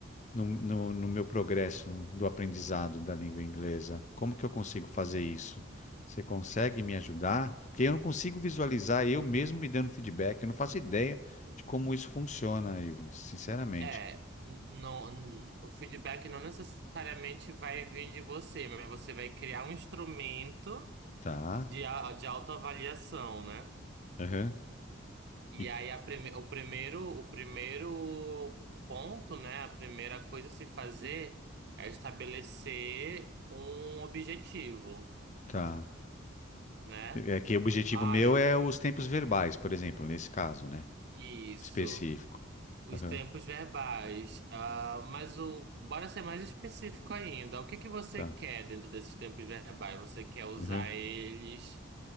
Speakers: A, on the left; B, on the right.
A: no, no, no meu progresso do aprendizado da língua inglesa? Como que eu consigo fazer isso? Você consegue me ajudar? Porque eu não consigo visualizar eu mesmo me dando feedback. Eu não faço ideia de como isso funciona, Ivo, sinceramente.
B: É, não, n- o feedback não necessariamente vai vir de você, mas você vai criar um instrumento
A: Tá?
B: de, a- de autoavaliação, né?
A: Aham.
B: E
A: E
B: aí a prime, o primeiro, o primeiro ponto, né? A primeira coisa a se fazer é estabelecer um objetivo,
A: tá.
B: né?
A: É que o objetivo
B: Ah,
A: meu
B: eu,
A: é os tempos verbais, por exemplo, nesse caso, né?
B: isso.
A: Específico.
B: Os
A: Aham.
B: tempos verbais. Ah, mas o, bora ser mais específico ainda. O que que você
A: Tá.
B: quer dentro desses tempos verbais? Você quer usar
A: Aham.
B: eles?